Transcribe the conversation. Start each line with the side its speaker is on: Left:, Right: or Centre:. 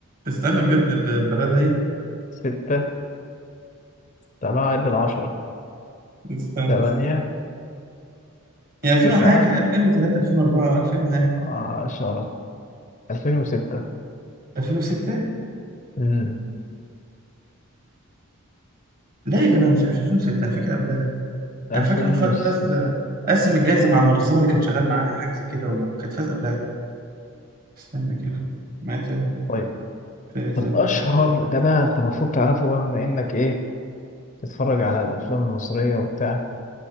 Right: استنى بجد ال- البلد هي
Left: ستة سبعة عد العشرة
Right: <laughs> استنى
Left: تمانية
Right: استنى هي 2000
Left: تسعة
Right: وحاجه 2003 2004 2000 وحاجه
Left: عشرة ألفين وستة
Right: 2006
Left: امم
Right: لا يا جدع مش مش 2006 انا فاكر قبلها
Left: ألفين
Right: انا فاكر انه
Left: وستة
Right: ف- فاز قسم الجائزه مع المنظمه اللي كان شغال معاها حاجه زي كده وكانت فاز قبلها استنى كده متى
Left: طيب
Right: فاز
Left: طب
Right: البلد
Left: أشهر ده بقى أنت المفروض تعرفه بقى بما إنك إيه تتفرج على الافلام المصريه وبتاع